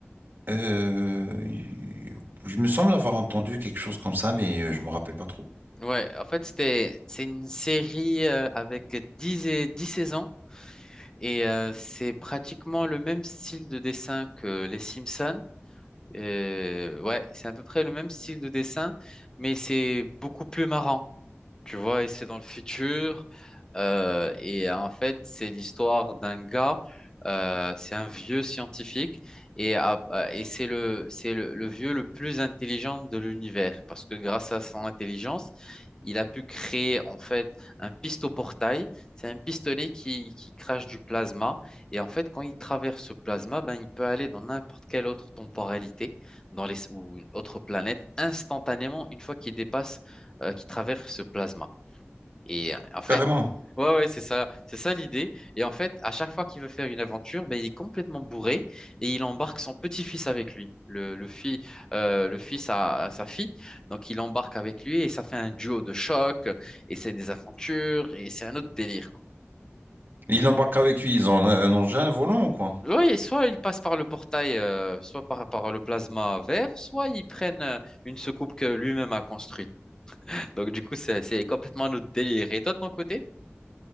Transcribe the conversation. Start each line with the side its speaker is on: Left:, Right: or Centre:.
Right: Euh, je me semble avoir entendu quelque chose comme ça, mais euh, je me rappelle pas trop.
Left: Ouais, en fait, c'était, c'est une série euh, avec dix et, 10 saisons et euh, c'est pratiquement le même style de dessin que Les Simpsons. Euh, ouais, c'est à peu près le même style de dessin, mais c'est beaucoup plus marrant tu vois, et c'est dans le futur. Euh, et en fait, c'est l'histoire d'un gars, euh, c'est un vieux scientifique, et, à- à- et c'est le, c'est le, le vieux le plus intelligent de l'univers, parce que grâce à son intelligence, il a pu créer en fait un pistoportail. C'est un pistolet qui, qui crache du plasma, et en fait, quand il traverse ce plasma, ben, il peut aller dans n'importe quelle autre temporalité, dans les, ou une autre planète, instantanément, une fois qu'il dépasse, euh, qu'il traverse ce plasma. Et en fait,
Right: Carrément.
Left: ouais, ouais, c'est ça, c'est ça l'idée. Et en fait, à chaque fois qu'il veut faire une aventure, ben, il est complètement bourré et il embarque son petit-fils avec lui, le, le, fi- euh, le fils à, à sa fille. Donc, il embarque avec lui et ça fait un duo de choc et c'est des aventures et c'est un autre délire, quoi.
Right: Ils n'embarquent avec lui, ils ont un, un engin volant, quoi.
Left: Oui, soit ils passent par le portail, euh, soit par, par le plasma vert, soit ils prennent euh, une soucoupe que lui-même a construite. Donc, du coup, c'est c'est complètement un autre délire. Et toi, de ton côté?